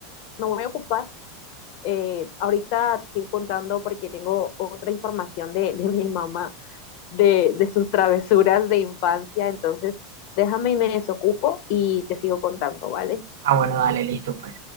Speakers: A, on the left; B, on the right.
A: me voy a ocupar. Eh, ahorita te estoy contando porque tengo otra información de, de mi mamá, de, de sus travesuras de infancia. Entonces, déjame y me desocupo y te sigo contando, ¿vale?
B: ah, bueno, dale, listo, pues.